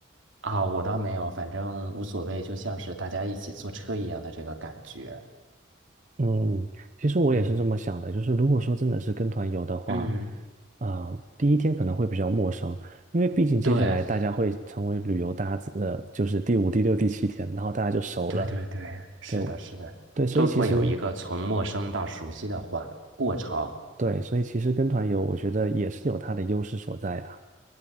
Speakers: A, on the right; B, on the right.
A: 啊，我倒没有，反正无所谓，就像是大家一起坐车一样的这个感觉。
B: 嗯，其实我也是这么想的，
A: 嗯
B: 就是如果说真的是跟团游的话，
A: 嗯，
B: 啊，第一天可能会比较陌生，因为毕竟接下来大家会成为旅游搭子，
A: 对
B: 呃，就是第五、第六、第七天，然后大家就熟了。
A: 对对对，是的，
B: 对，我，
A: 是的，
B: 对，所以其实
A: 都会有一个从陌生到熟悉的缓过程。
B: 对，所以其实跟团游，我觉得也是有它的优势所在啊。